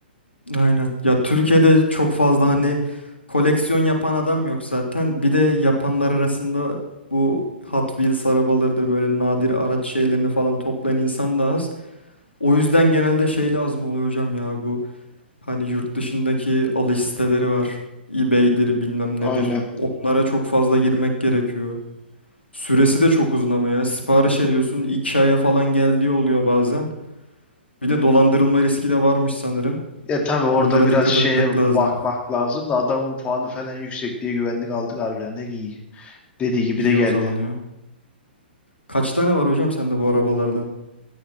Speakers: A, on the left; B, on the left.
A: Aynen. Ya Türkiye'de çok fazla
B: ya.
A: hani koleksiyon yapan adam yok zaten. Bir de yapanlar arasında bu Hot Wheels arabalarıdır böyle nadir araç şeylerini falan toplayan insan da az. O yüzden genelde şey lazım oluyor hocam ya bu hani yurt dışındaki alış siteleri var. eBay'dir bilmem
B: Aynen.
A: nedir. Onlara çok fazla girmek gerekiyor. Süresi de çok uzun ama ya. Sipariş ediyorsun iki aya falan geldiği oluyor bazen. Bir de dolandırılma riski de varmış sanırım.
B: Ya tabii orada
A: Onlara
B: biraz
A: dikkat
B: şeye
A: etmek lazım.
B: bakmak lazım da adamın puanı falan yüksek diye güvendik aldık harbiden de iyi. Dediği gibi
A: İyi
B: de geldi.
A: o zaman ya. Kaç tane var hocam sende bu arabalardan?